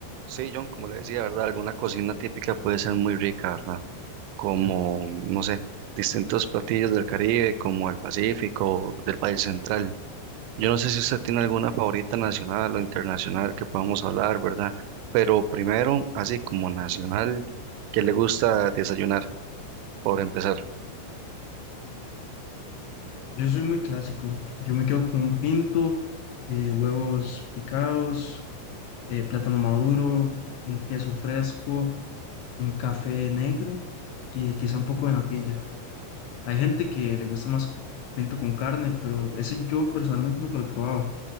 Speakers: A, on the right; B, on the left.
A: Sí, John, como le decía, ¿verdad? Alguna cocina típica puede ser muy rica, ¿verdad? Como, no sé, distintos platillos del Caribe, como el Pacífico, del país central. Yo no sé si usted tiene alguna favorita nacional o internacional que podamos hablar, ¿verdad? Pero primero, así como nacional, ¿qué le gusta desayunar, por empezar?
B: Yo soy muy clásico. Yo me quedo con un pinto, eh, huevos picados, eh, plátano maduro, un queso fresco, un café negro y quizá un poco de natilla. Hay gente que le gusta más pinto con carne, pero ese yo personalmente nunca lo he probado.